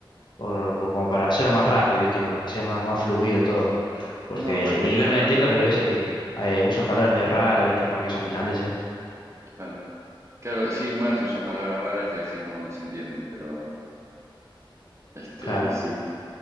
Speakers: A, on the left; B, on the right.
A: por, por- como para hacerlo más rápido, viste, como que sea más, más fluido todo. Porque
B: No, aparte
A: el inglés
B: usa
A: lo entiendo,
B: palabras.
A: pero a veces que eh, usan palabras medio raras, viste, igual que son finlandeses.
B: Claro. Claro, sí, es más, usan palabras raras y a veces no, no se entienden, pero este,
A: Claro.
B: sí,